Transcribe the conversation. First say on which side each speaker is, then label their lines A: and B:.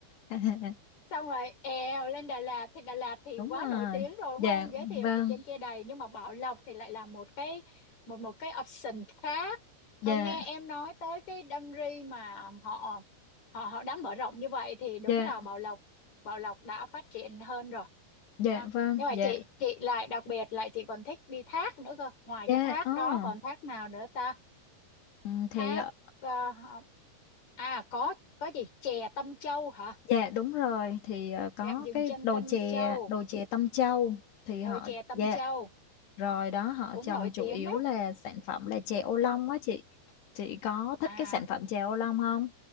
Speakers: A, on the left; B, on the left.
A: <laughs>
B: xong rồi èo lên Đà Lạt thì Đà Lạt thì
A: Đúng
B: quá
A: rồi.
B: nổi tiếng rồi đúng
A: Dạ
B: không giới
A: vâng.
B: thiệu thì trên kia đầy nhưng mà Bảo Lộc thì lại là một cái một một cái option khác
A: Dạ.
B: Ờ, nghe em nói tới cái Đam Ri mà họ họ họ đã mở rộng như vậy thì đúng
A: Dạ.
B: là Bảo Lộc Bảo Lộc đã phát triển hơn rồi
A: Dạ
B: ha
A: vâng.
B: nhưng mà
A: Dạ.
B: chị chị lại đặc biệt lại chị còn thích đi thác nữa cơ ngoài
A: Dạ.
B: cái thác
A: ờ.
B: đó còn thác nào nữa ta
A: Ừ, thì
B: thác
A: ờ,
B: ờ, à có có gì chè Tâm Châu hả
A: Dạ đúng rồi thì ờ, có
B: trạm dừng
A: cái
B: chân
A: đồi
B: Tâm
A: chè
B: Châu
A: đồi chè Tâm Châu thì
B: đồi
A: họ
B: chè Tâm
A: dạ
B: Châu
A: rồi đó họ
B: cũng
A: trồng
B: nổi tiếng
A: chủ yếu
B: đấy
A: là sản phẩm là chè ô long á chị chị có thích
B: à
A: cái sản phẩm chè ô long không